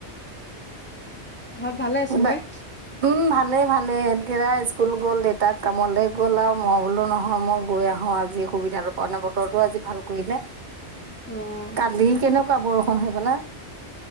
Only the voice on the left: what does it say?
ঘৰত ভালে চবৰে?
অ',